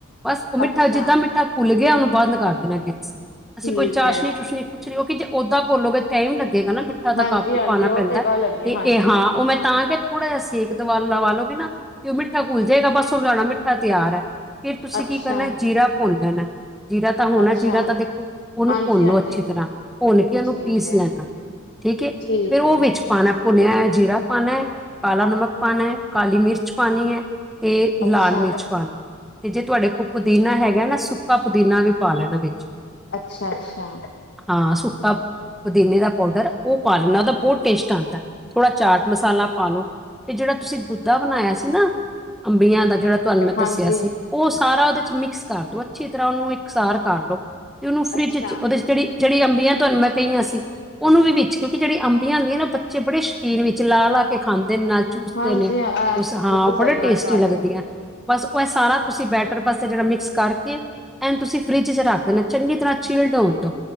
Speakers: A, in the centre; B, on the left.
A: ਬਸ ਉਹ ਮਿੱਠਾ
B: ਅੱਛਾ
A: ਜਿੱਦਾਂ ਮਿੱਠਾ ਘੁੱਲ ਗਿਆ ਉਹਨੂੰ ਬੰਦ ਕਰ ਦੇਣਾ ਗੈਸ ਨੂੰ। ਅਸੀਂ
B: ਠੀਕ
A: ਕੋਈ ਚਾਸ਼ਨੀ
B: ਹੈ
A: ਚੂਸ਼ਨੀ ਕੁਛ ਨਹੀਂ ਉਹ ਕਿ ਜੇ ਓਦਾਂ ਘੋਲੋਗੇ ਤਾਂ ਟਾਈਮ ਲੱਗੇਗਾ ਨਾ ਹੈ ਤਾਂ
B: ਹਾਂਜੀ
A: ਕਪ
B: ਹਾਂਜੀ
A: ਈ ਪਾਣਾ
B: ਉਹ
A: ਪੈਂਦਾ
B: ਤੇ ਗੱਲ ਹੈਗੀ
A: ਤੇ
B: ਹੈ, ਹਾਂਜੀ
A: ਇਹ ਹਾਂ ਉਹ ਮੈਂ ਤਾਂ ਕਿ ਥੋੜਾ ਜਿਹਾ ਸੇਕ ਦਵਾ ਲਵਾ ਲਓਗੇ ਨਾ ਤੇ ਉਹ ਮਿੱਠਾ ਘੁਲ ਜਾਏਗਾ ਬਸ ਉ ਸਾਡਾ ਮਿੱਠਾ ਤਿਆਰ ਐ। ਫਿਰ ਤੁਸੀਂ
B: ਅੱਛਾ
A: ਕੀ ਕਰਨਾ ਜੀਰਾ ਭੁੰਨ ਲੈਣਾ ਜੀਰਾ ਤਾਂ ਹੋਣਾ
B: ਅੱਛਾ
A: ਜੀਰਾ ਤਾਂ ਉਹਨੂੰ
B: ਹਾਂਜੀ
A: ਭੁੰਨੋ
B: ਹਾਂਜੀ
A: ਅੱਛੀ ਤਰ੍ਹਾਂ, ਭੁੰਨ ਕੇ ਉਹਨੂੰ
B: ਠੀਕ
A: ਪੀਸ
B: ਹੈ
A: ਲੈਣਾ ਠੀਕ ਹੈ
B: ਠੀਕ
A: ਫੇਰ ਉਹ
B: ਹੈ
A: ਵਿ ਚ ਪਾਣਾ ਭੁਨਿਆ ਹੋਇਆ ਜੀਰਾ ਪਾਣਾ ਆ, ਕਾਲਾ ਨਮਕ ਪਾਣਾ, ਕਾਲੀ ਮਿਰਚ ਪਾਣੀ ਐ। ਤੇ ਇਹ
B: ਅੱਛਾ
A: ਲਾਲ ਮਿਰਚ ਪਾਣੀ ਤੇ ਜੇ ਤੁਹਾਡੇ ਕੋਲ ਪੁਦੀਨਾ ਹੈਗਾ ਨਾ ਸੁੱਕਾ ਪੁਦੀਨਾ ਵੀ ਪਾ ਲੈਣਾ ਵਿੱਚ।
B: ਅੱਛਾ ਅੱਛਾ।
A: ਹਾਂ ਸੁੱਕਾ ਪੁਦੀਨੇ ਦਾ ਪਾਊਡਰ, ਉਹ ਪਾ ਲੈਂਦਾ ਉਹਦਾ ਬਹੁਤ ਟੇਸਟ ਆਉਂਦਾ, ਥੋੜ੍ਹਾ ਚਾਟ ਮਸਾਲਾ ਪਾ ਲਉ ਇਹ ਜਿਹੜਾ ਤੁਸੀਂ, ਗੁੱਦਾ ਬਣਾਇਆ ਸੀ ਨਾ, ਅੰਬੀਆਂ ਦਾ ਜਿਹੜਾ ਤੁਹਾਨੂੰ ਮੈਂ
B: ਹਾਂਜੀ
A: ਦੱਸਿਆ ਸੀ। ਉਹ ਸਾਰਾ ਉਹਦੇ ਚ ਮਿਕਸ ਕਰ ਦੋ, ਅੱਛੀ ਤਰ੍ਹਾਂ ਉਹਨੂੰ ਇਕਸਾਰ ਕਰ ਲੋ ਤੇ ਉਹਨੂੰ ਫਰਿੱਜ
B: ਅੱਛਾ
A: ਚ, ਉਹਦੇ ਚ ਜਿਹੜੀ -ਜਿਹੜੀ ਅੰਬੀਆਂ, ਤੁਹਾਨੂੰ ਮੈਂ ਕਹੀਆਂ ਸੀ। ਉਹਨੂੰ ਵਿੱਚ ਕਿਉਂਕਿ, ਜਿਹੜੇ ਅੰਬੀਆਂ ਹੁੰਦੀਆਂ ਨਾ ਬੱਚੇ ਬੜੇ ਸ਼ੌਕੀਨ, ਵਿੱਚ ਲਾਹ ਲਾ ਕੇ ਖਾਂਦੇ ਨੇ ਚੂਸਦੇ
B: ਹਾਂਜੀ
A: ਨੇ,
B: ਅ
A: ਉਸ ਹਾਂ
B: ਬਿਲਕੁਲ
A: ਉਹ
B: ਸਹੀ
A: ਬੜੇ
B: ਗੱਲ
A: ਟੇਸਟੀ
B: ਤੁਹਾਡੀ
A: ਲੱਗਦੀਆਂ ਬਸ ਉਹ ਇਹ ਸਾਰਾ ਤੁਸੀਂ ਬੈਟਰ, ਬਸ ਜਿਹੜਾ ਮਿਕਸ ਕਰਕੇ ਏਨੂੰ, ਤੁਸੀਂ ਫਰਿੱਜ ਚ ਰੱਖ ਦੇਣਾ ਚੰਗੀ ਤਰ੍ਹਾਂ, ਚੀਿਲਡ ਹੋਣ ਦੌ